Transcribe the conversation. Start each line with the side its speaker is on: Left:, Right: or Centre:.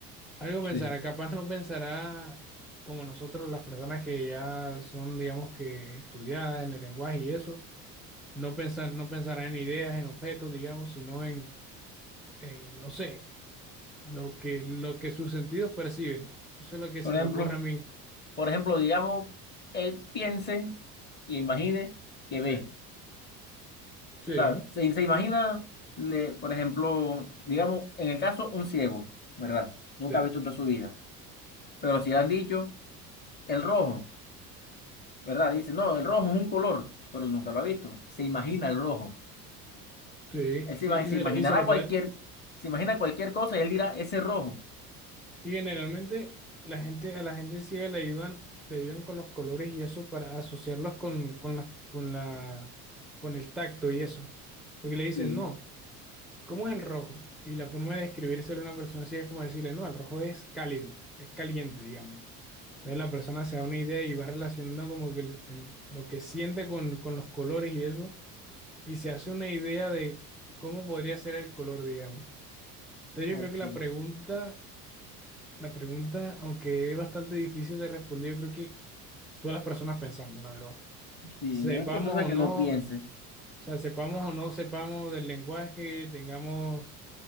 Centre: algo pensará.
Left: Sí.
Centre: Capaz no pensará como nosotros, las personas que ya son, digamos que, estudiadas en el lenguaje y eso no pensar, no pensará en ideas, en objetos, digamos, sino en, en, no sé, lo que, lo que sus sentidos perciben. Eso es lo que
Left: Por
Centre: se me
Left: ejemplo,
Centre: ocurre a mí.
Left: por ejemplo, digamos, él piense y imagine que
Centre: Sí,
Left: ve.
Centre: sí,
Left: O sea, se, se imagina, le- por ejemplo, digamos, en el caso, un ciego, ¿verdad? Nunca
Centre: sí,
Left: ha visto en toda su vida. Pero si le han dicho el rojo, ¿verdad? Dice, no, el rojo es un color, pero él nunca lo ha visto. Se imagina el rojo.
Centre: sí,
Left: Él
Centre: sí,
Left: se, ima-
Centre: y
Left: se
Centre: se
Left: imaginará
Centre: lo, y se lo
Left: cualquier,
Centre: puede.
Left: se imagina cualquier cosa y él dirá, ese rojo.
Centre: Y generalmente la gente, a la gente ciega le ayudan, le ayudan con los colores y eso para asociarlos con, con la, con la, con el tacto y eso. Porque le dicen,
Left: Sí,
Centre: no, ¿cómo es el rojo? Y la forma de describírselo a una persona ciega es como decirle, no, el rojo es cálido, es caliente, digamos. Entonces la persona se da una idea y va relacionando como que el- el- lo que siente con, con los colores y eso, y se hace una idea de cómo podría ser el color, digamos. Entonces
Left: ok.
Centre: yo creo que la pregunta, la pregunta, aunque es bastante difícil de responder, yo creo que todas las personas pensamos, la verdad.
Left: Sí,
Centre: Sepamos
Left: no hay persona
Centre: o
Left: que
Centre: no,
Left: no piense.
Centre: o sea, sepamos o no sepamos del lenguaje, tengamos,